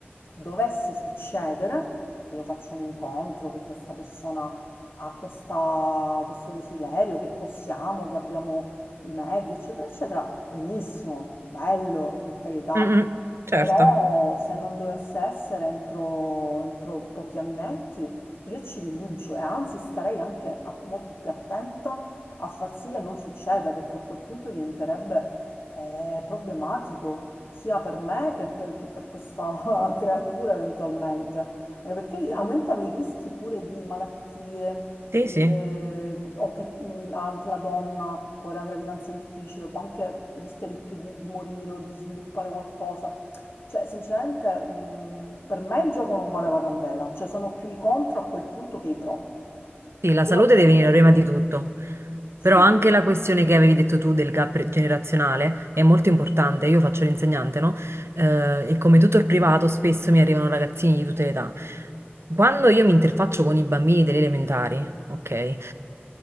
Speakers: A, on the left; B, on the right.
A: dovesse succedere, che io faccio un incontro, che questa persona ha questa- questo desiderio, che possiamo, che abbiamo i mezzi, eccetera, eccetera, benissimo, bello, per carità.
B: mm, mm,
A: Però
B: certo,
A: se non dovesse essere entro, entro pochi annetti, io ci rinuncio e anzi starei anche a- molto più attenta a far sì che non succeda, perché a quel punto diventerebbe eh, problematico sia per me che per, che per questa <laughs> creatura eventualmente. Anche Perché aumentano i rischi pure di malattie,
B: sì,
A: le-
B: sì.
A: o che mh, anche la donna può avere una gravidanza difficile, può anche rischia di più di, di morire o di sviluppare qualcosa. Cioè, sinceramente, mh, per me il gioco non vale la candela, cioè sono più i contro a quel punto che i pro.
B: Sì, la
A: Io
B: salute
A: la vedo
B: deve venire
A: così.
B: prima di tutto, però
A: Sì,
B: anche la questione che avevi detto tu del gap generazionale è molto importante. Io faccio l'insegnante, no? Eh, e come tutto il privato, spesso mi arrivano ragazzini di tutte le età. Quando io mi interfaccio con i bambini delle elementari, ok, eh,